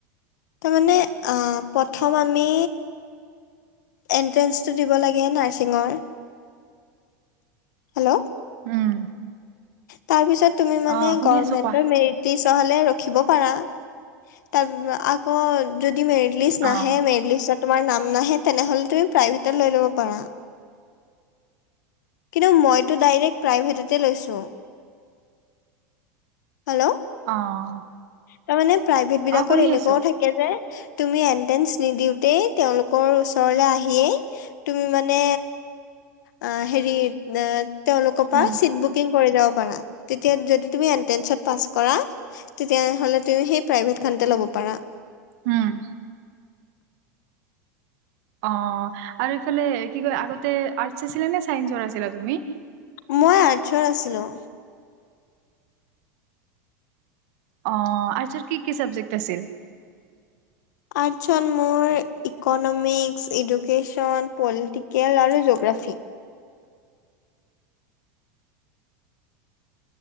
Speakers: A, on the left; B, on the right.
A: তাৰমানে আহ প্ৰথম আমি এণ্ট্ৰেঞ্চটো দিব লাগে নাৰ্ছিঙৰ। হেল্ল'?
B: উম।
A: তাৰ পিছত তুমি মানে
B: অ' শুনি
A: গভমেণ্টৰ
B: আছো কোৱা।
A: মেৰিট পিছৰ হলে ৰখিব পাৰা তাৰ আ যদি মেলিছ নাহে
B: অ'
A: মেলিষ্ট তোমাৰ নাম নাহে, তেনেহলে তুমি প্ৰাইভেটত লৈ ল'ব পাৰা। কিন্তু মইতো ডাইৰেক্ট প্ৰাইভেটতে লৈছো হেল্ল'?
B: অ'।
A: তাৰ মানে প্ৰাইভেট বিলাকত
B: অ', শুনি
A: এনেকুৱও
B: আছো।
A: থাকে। যে তুমি এন্ট্ৰেন্ঞ্চ নিদিওতে তেওঁলোকৰ ওচৰলে আহিয়েই'। তুমি মানে অ, হেৰি তেওঁলোকৰ পৰা
B: উম,
A: চিট বুকিং কৰি যাব পাৰা। তেতিয়া য তুমি এনট্ৰেত পাছ কৰা, তেতিয়ালে তুমি সেই প্ৰ খ ল'ব পাৰা।
B: হম'। অ, আৰু এইফালে কি কয় আগতে আৰ্টচ আছিলে নে চাইন্সৰ আছিলা তুমি?
A: মই আৰ্চত আছিলোঁ।
B: অ, তাৰপিছত কি, কি চাবজেক্ট আছিল?
A: আৰ্টছ মোৰ ইকনমিক্স, এডুকেশ্যন, পলিটিকেল, আৰু জগ্ৰাফী।